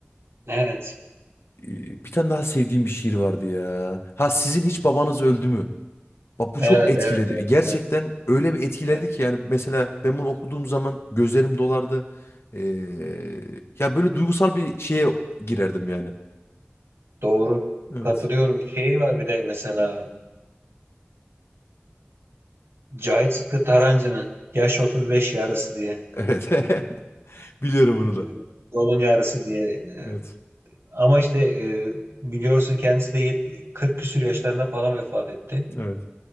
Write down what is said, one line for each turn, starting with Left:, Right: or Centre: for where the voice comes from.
Right: Evet.
Left: Ee, bir tane daha sevdiğim bir şiir vardı ya ha sizin hiç babanız öldü mü bak bu
Right: Evet,
Left: çok etkiledi
Right: evet, evet,
Left: gerçekten
Right: evet.
Left: öyle bir etkilerdi
Right: evet.
Left: ki yani mesela ben bunu okuduğum zaman gözlerim dolardı Ee, ya böyle duygusal bir şeye girerdim yani
Right: Doğru.
Left: evet
Right: Katılıyorum. Şeyi var bir de mesela Cahit Sıtkı Tarancı'nın Yaş 35 Yarısı diye.
Left: evet <laughs> biliyorum onu
Right: Ee,
Left: da
Right: Yolun Yarısı diye. Ee,
Left: evet
Right: Ama işte e, biliyorsun kendisi de yet- 40 küsür yaşlarında falan vefat etti.
Left: evet